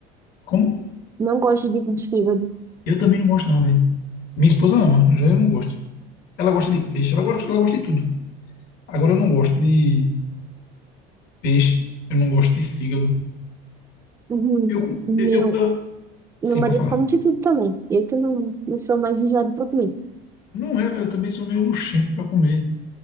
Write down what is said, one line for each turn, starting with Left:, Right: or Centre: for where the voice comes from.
Left: Como?
Right: Não gosto de bife de fígado.
Left: Eu também não gosto, não, velho. Minha esposa ama, já eu não gosto. Ela gosta de peixe, ela gosta, ela gosta de tudo. Agora eu não gosto de peixe, eu não gosto de fígado.
Right: Uhum.
Left: Eu,
Right: Meu.
Left: eu, eu, eu
Right: E
Left: sim,
Right: Meu marido
Left: para falar.
Right: come de tudo também. Eu que não, não sou mais enjoada pra comer.
Left: Não é, velho, eu também sou meio luxento pra comer.